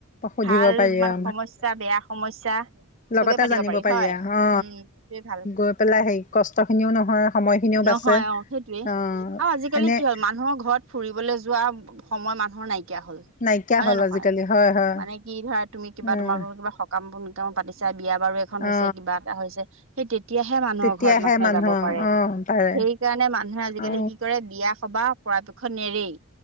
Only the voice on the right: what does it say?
আৰু
ভাল
সমস্যা বেয়া সমস্যা
চবে পাতিব
পাৰি হয়
উম
সেইটোৱে ভাল
নহয় অ সেইটোৱে
আৰু আজিকালি কি হ'ল মানুহৰ ঘৰত ফুৰিবলৈ যোৱা সময় মানুহৰ নাইকিয়া হ'ল।
হয়
নে নহয়
মানে কি ধৰা তুমি কিবা
তোমাৰ ঘৰত কিবা সকাম পাতিছা বিয়া বাৰু এখন হৈছে
কিবা এটা হৈছে। সেই তেতিয়াহে মানুহৰ
ঘৰত মা
যাব পাৰে
সেই কাৰণে মানুহে আজিকালি
কি কৰে বিয়া-সবাহ পৰাপক্ষত নেৰেই